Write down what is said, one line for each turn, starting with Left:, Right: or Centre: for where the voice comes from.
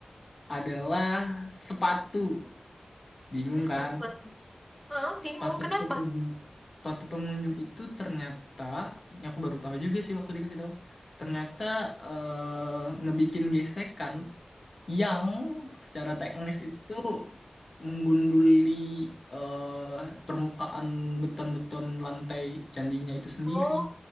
Left: adalah sepatu. Bingung
Centre: Kenapa
Left: kan?
Centre: suatu? Ah, bingung
Left: Sepatu
Centre: kenapa?
Left: pengunjung, sepatu pengunjung itu ternyata, ini aku baru tahu juga sih waktu dikasih tahu, ternyata eh, ngebikin gesekan yang secara teknis itu menggunduli eh, permukaan beton-beton lantai candinya itu sendiri.
Centre: Oh,